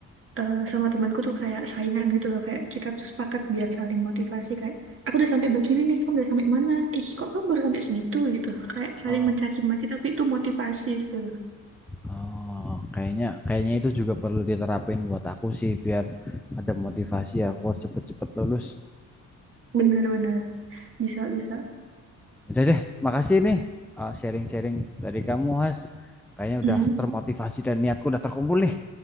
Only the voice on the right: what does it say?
eh, sama temanku tuh kayak saingan gitu loh, kayak kita tuh sepakat biar saling motivasi kayak aku udah sampai bab sini nih, kamu udah sampai mana? Ih, kok kamu baru sampai segitu gitu. Kayak saling
mencaci maki tapi itu motivasi gitu loh.
Benar-benar bisa bisa.
Mm-mm.